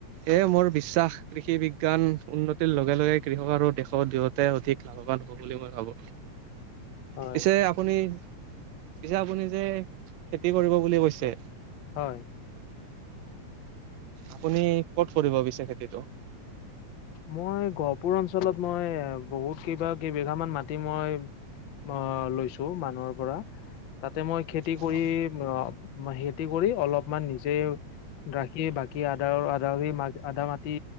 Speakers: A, on the right; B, on the left.
A: এয়ে মোৰ বিশ্বাস কৃষি বিজ্ঞান উন্নতিৰ লগে লগে কৃষক আৰু দেশ <unintelligible> অধিক লাভৱান হব বুলি মই ভাবো।
B: হয়,
A: পিছে আপুনি পিছে আপুনি যে খেতি কৰিব বুলি কৈছে
B: হয়।
A: আপুনি কত কৰিব পিছে খেতিটো?
B: মই গহপুৰ অঞ্চলত মই বহুত কেইবা - কেই বিঘা মান মাটি মই আ লৈছো মানুহৰ পৰা তাতে মই খেতি
A: অ',
B: কৰি অ <unintelligible> খেতি কৰি অলপমান নিজে ৰাখি বাকী আদা - আদা - আদা মাটি